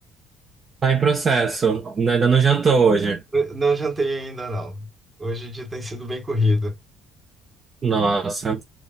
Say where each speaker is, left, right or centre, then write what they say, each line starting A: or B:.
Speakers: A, on the right; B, on the right.
A: Tá em processo, né? ainda não jantou hoje.
B: Não jantei ainda, não. Hoje o dia tem sido bem corrido.
A: Nossa.